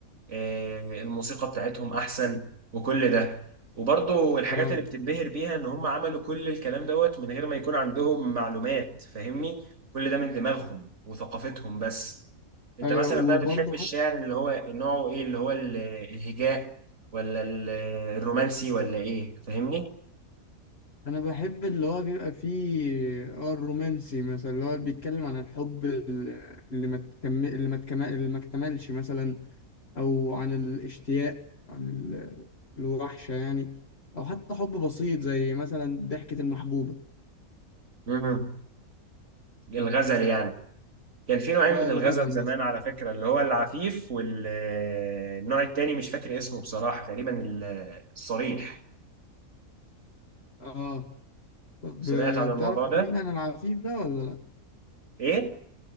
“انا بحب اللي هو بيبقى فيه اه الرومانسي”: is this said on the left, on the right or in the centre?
Left